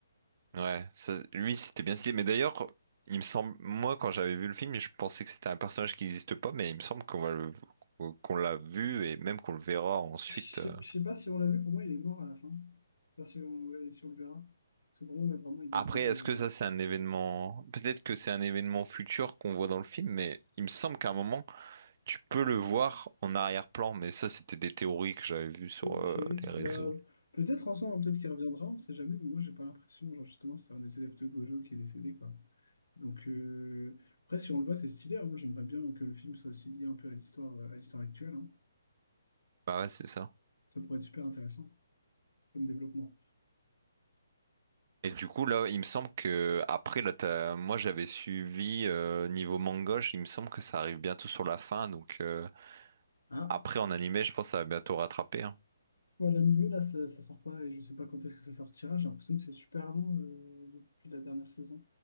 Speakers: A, on the right; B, on the left.
A: Ouais, ça- lui c'était bien stylé. Mais d'ailleurs, il me semble, moi quand j'avais vu le film, je pensais que c'était un personnage qui n'existe pas, mais il me semble qu'on va le- qu'on l'a vu et même qu'on le verra ensuite.
B: Je sais
A: euh.
B: je sais pas si on l'a vu, pour moi, il est mort à la fin. Pas si on, et si on le verra. Parce que pour moi, vraiment, il décède.
A: Après, est-ce
B: euh,
A: que ça c'est un événement? Peut-être que c'est un événement futur qu'on voit dans le film, mais il me semble qu'à un moment tu peux le voir en arrière-plan. Mais ça, c'était des théories que j'avais vues sur
B: Ok,
A: euh, les réseaux.
B: bah, peut-être ensemble, hein, peut-être qu'il reviendra, on sait jamais, mais moi, j'ai pas l'impression. Genre, justement, c'était un des élèves de Gojo qui est décédé, quoi. Donc, euh, après, si on le voit, c'est stylé. hein. Moi, j'aimerais bien que le film soit aussi lié un peu à l'histoire, euh, à l'histoire actuelle. hein.
A: Bah ouais, c'est ça.
B: Ça pourrait être super intéressant comme développement.
A: Et du coup, là, il me semble que après, là, t'as- moi, j'avais suivi euh, niveau mangoche. Il me semble que ça arrive bientôt sur la fin. Donc euh,
B: Ah,
A: après, en animé, je pense que ça va bientôt rattraper. hein.
B: Moi, l'animé, là, ça, ça sort pas et je sais pas quand est-ce que ça sortira. J'ai l'impression que c'est super long euh, depuis la dernière saison.